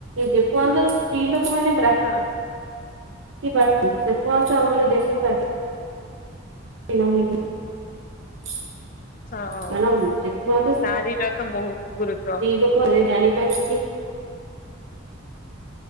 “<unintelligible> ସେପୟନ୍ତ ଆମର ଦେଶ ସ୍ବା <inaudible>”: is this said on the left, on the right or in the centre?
Right